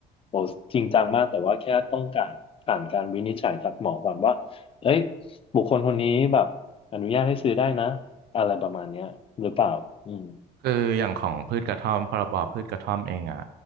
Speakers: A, on the left; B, on the right.
A: โอ้จริงจังมากแต่ว่าแค่ต้องการผ่านการวินิจฉัยจากหมอก่อนว่าเอ้ยบุคคลคนนี้แบบอนุญาตให้ซื้อได้นะ อะไรประมาณเนี้ยหรือเปล่าอืม
B: คืออย่างของพืชกระท่อมพรบพืชกระท่อมเองอ่ะ